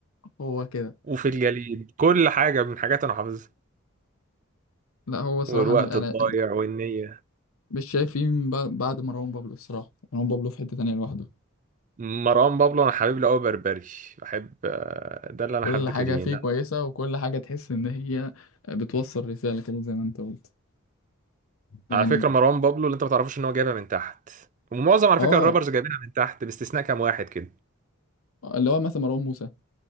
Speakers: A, on the left (about 70°); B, on the right (about 35°).
A: هو كده
B: وفي الجليد كل حاجه من حاجات انا حافظها
A: لا هو صراحه
B: والوقت
A: انا انا
B: الضايع والنية
A: مش شايف فيه من بعد بعد مروان بابلو الصراحه مروان بابلو في حته تانية لوحده
B: مروان بابلو انا حبيب له قوي بربري بحب آه، ده اللي انا
A: كل
B: حبيته
A: حاجه
B: ليه
A: فيه كويسه وكل حاجه تحس ان هي بتوصل رساله كده زي ما انت قلت يعني
B: على فكرة مروان بابلو اللي انت ما تعرفوش ان هو جايبها من تحت ومعظم على
A: اه
B: فكرة الرابرز جايبينها من تحت باستثناء كام واحد كده
A: اللي هو مثلا مروان موسى